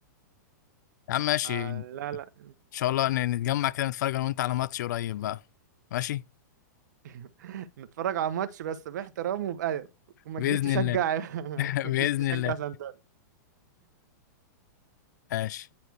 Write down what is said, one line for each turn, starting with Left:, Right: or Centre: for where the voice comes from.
Left: يا عم ماشي
Right: آه
Left: ان
Right: لا لا
Left: شاء الله ن- نتجمع كده نتفرج انا وانت على ماتش قريب بقى ماشي
Right: <laughs> نتفرج على ماتش بس باحترام وبأدب وما
Left: باذن
Right: تجيش تشجع
Left: الله
Right: <laughs>
Left: <laughs>
Right: ما تجيش
Left: باذن
Right: تشجع
Left: الله
Right: سانتا
Left: ماشي